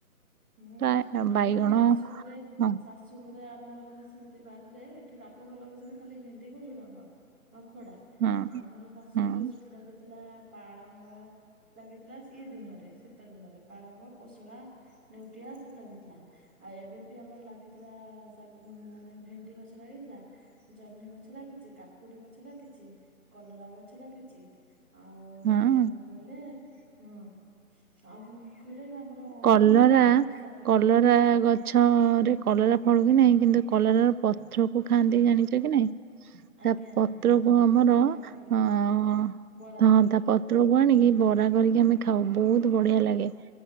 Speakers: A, in the centre; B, on the right.
A: ହୁଁ,
B: ପ୍ରାୟ
A: ଆମର
B: ବାଇଗଣ
A: ବି ଶାଶୁ ଘରେ ଶା
B: ହଁ
A: ଶାଶୁ ଘରେ ଆମର ବି ସେମିତି ବାରିରେ ଏଠି ବାପ ଘର ଲଗେଇଛନ୍ତି ଖାଲି ଭେଣ୍ଡି କୁ ଝୁଡ଼ଙ୍ଗ, ଆଉ ଖଡା,
B: ହଁ
A: ଆମର ଶାଶୁଘର
B: ହଁ
A: ସେଠି ଲାଗିଥିଲା ପାଳଙ୍ଗ ଲାଗିଥିଲା ସିଏ ଦିନରେ ଶୀତ ଦିନରେ ପାଳଙ୍ଗ, କୋଶଲା ନେଉଟିଆ ସବୁ ଲାଗିଥିଲା ଆଉ ଏବେ ବି ଆମର ଲାଗିଥିଲା ତା ମାନେ ଭେଣ୍ଡି ଗଛ ଲାଗିଥିଲା ଜହ୍ନି ଗଛ ଲାଗିଛି, କାକୁଡି ଗଛ ଲାଗିଛି, କଲରା ଗଛ ଲାଗିଛି, ଆଉ
B: ହଁ
A: କଣ କହିଲେ ହଁ ଆଉ କଣ କହିଲେ ଏରା ଆମର ଉଁ
B: କଲରା କ
A: କି ଶାଗ
B: କଲରା ଗଛରେ କଲରା ଫଳୁ କି ନାହିଁ କିନ୍ତୁ କଲରାର ପତ୍ର କୁ ଖାଆନ୍ତି ଜାଣିଛ କି ନାଇଁ?
A: ଆଜ୍ଞା
B: ତା ପତ୍ରକୁ
A: ହଁ
B: ଆମର
A: ପିଠା କରିକି ଖାଆନ୍ତି
B: ଅ
A: ବରା
B: ହଁ
A: କରିକି।
B: ତା ପ ତ୍ରକୁ ଆଣିକି ବରା କରିକି ଆମେ ଖାଉ ବହୁତ ବଢ଼ିଆ ଲାଗେ।